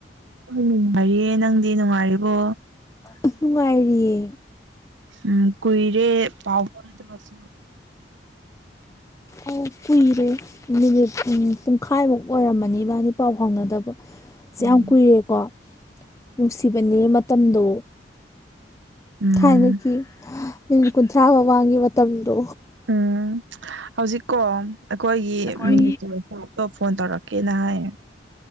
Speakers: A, on the right; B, on the left.
A: ꯍꯣꯏ ꯅꯨꯡꯉꯥꯏꯔꯤꯌꯦ ꯅꯪꯗꯤ ꯅꯨꯡꯉꯥꯏꯔꯤꯕꯣ
B: ꯑꯍ ꯅꯨꯡꯉꯥꯏꯔꯤꯌꯦ
A: ꯎꯝ ꯀꯨꯏꯔꯦ ꯄꯥꯎ ꯐꯥꯎꯅꯗꯕꯁꯨ
B: ꯑꯣ ꯀꯨꯏꯔꯦ ꯃꯤꯅꯤꯠ ꯎꯝ ꯄꯨꯡꯈꯥꯏꯃꯨꯛ ꯑꯣꯏꯔꯝꯃꯅꯤ ꯏꯕꯥꯅꯤ ꯄꯥꯎ ꯐꯥꯎꯅꯗꯕ ꯁꯦ
A: ꯎꯝ
B: ꯌꯥꯝ ꯀꯨꯏꯔꯦꯀꯣ ꯅꯨꯡꯁꯤꯕꯅꯦ ꯃꯇꯝꯗꯣ
A: ꯎꯝ
B: ꯊꯥꯏꯅꯒꯤ ꯃꯤꯅꯤꯠ ꯀꯨꯟꯊ꯭ꯔꯥ ꯃꯃꯥꯡꯒꯤ ꯃꯇꯝꯗꯣ
A: ꯎꯝ ꯍꯧꯖꯤꯛ ꯀꯣ ꯑꯩꯈꯣꯏꯒꯤ
B: ꯎꯝ
A: ꯃꯤꯅꯤꯁꯇꯔ ꯁꯥꯕꯇꯣ ꯐꯣꯟ ꯇꯧꯔꯛꯀꯦꯅ ꯍꯥꯏꯌꯦ